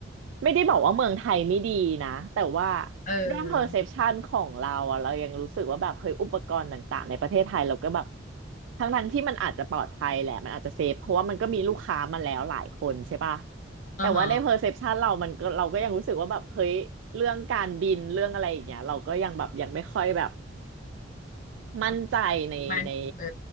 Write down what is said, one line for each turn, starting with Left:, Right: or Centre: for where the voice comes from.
Right: ไม่ได้บอกว่าเมืองไทยไม่ดีนะแต่ว่า
Left: เออ
Right: ด้วย perception ของเราอะเรายังรู้สึกว่าแบบเฮ้ยอุปกรณ์ต่างๆในประเทศไทยเราก็แบบทั้งทั้งที่มันอาจจะปลอดภัยแหละมันอาจจะเซฟเพราะว่ามันก็มีลูกค้ามาแล้วหลายคนใช่ป่ะ
Left: อ๋อฮ
Right: แต่ว่าใน perception เรามันก็เราก็ยังรู้สึกว่าแบบเฮ้ยเรื่องการบินเรื่องอะไรอย่างเงี้ยเราก็ยังแบบยังไม่ค่อยแบบ มั่นใจในใน
Left: มันเออ